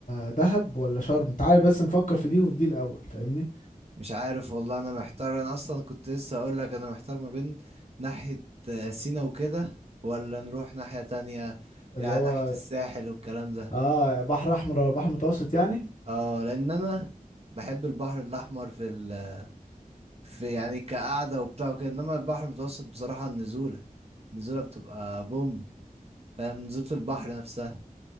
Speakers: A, on the left; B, on the right.
A: دهب ولا شرم تعالى بس نفكر في دي وفي دي الاول فاهمني
B: مش عارف والله انا محتار انا اصلا كنت لسه هقول لك انا محتار ما بين ناحية آه، سينا وكده ولا نروح ناحية تانية
A: اللي
B: يعني
A: هو
B: ناحية الساحل والكلام ده
A: اه بحر احمر ولا بحر متوسط يعني
B: اه لان انا بحب البحر الاحمر في ال... في يعني كقعدة وبتاع وكده انما البحر المتوسط بصراحة النزولة النزولة بتبقى بوم فاهم نزولة البحر نفسها